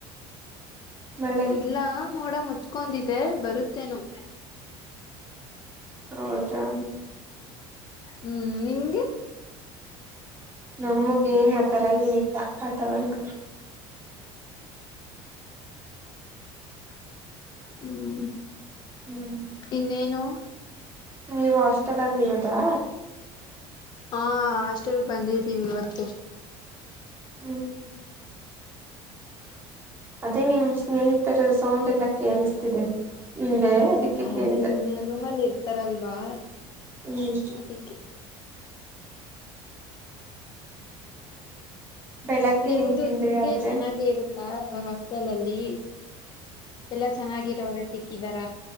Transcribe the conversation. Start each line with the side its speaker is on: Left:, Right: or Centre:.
Right: ಮಳೆ
Left: ಇಲ್ಲ ಮೋಡ ಮು ಚ್ಕೊಂಡಿದೆ ಬರುತ್ತೇನೋ
Right: ಹೌದಾ
Left: ಹ್ಮ್ ನಿಮ್ಗೆ.
Right: ನಮ್ಗೇನ್ ಆಥರ ಏನಿಲ್ಲ ವಾತಾವರಣ.
Left: ಹ್ಮ್
Right: ಹ್ಮ್
Left: ಇನ್ನೇನು.
Right: ನೀವು ಹಾಸ್ಟೆಲ್ ಅಲ್ಲಿ ಇರೋದಾ
Left: ಹಾ ಹಾಸ್ಟೆಲ್ ಬಂದಿದ್ದೀವಿ ಇವತ್ತು
Right: <unintelligible> ಅದೇ ನಿಮ್ ಸ್ನೇಹಿತರ ಸೌಂಡ್ ಎಲ್ಲ ಕೇಳಿಸ್ತಿದೆ ಅದಕ್ಕೆ
Left: ಅದೇ
Right: ಕೇಳ್ದ
Left: ಇನ್ನ ರೂಮಲ್ಲಿ ಇರ್ತಾರಲ್ವಾ
Right: ಹ್ಮ್.
Left: ಅದಕ್ಕೆ
Right: ಬೆಳಗ್ಗೆ
Left: ನಿಮ್ದು
Right: ಏನ್ ತಿಂದ್ರಿ
Left: ನಿಮ್ಗೆ
Right: ಆದ್ರೆ
Left: ಚೆನ್ನಾಗ ಇರು ಹಾಸ್ಟೆಲ್ ಅಲ್ಲಿ ಎಲ್ಲಾ ಚೆನ್ನಾಗಿರೋರೆ ಸಿಕ್ಕಿದಾರ.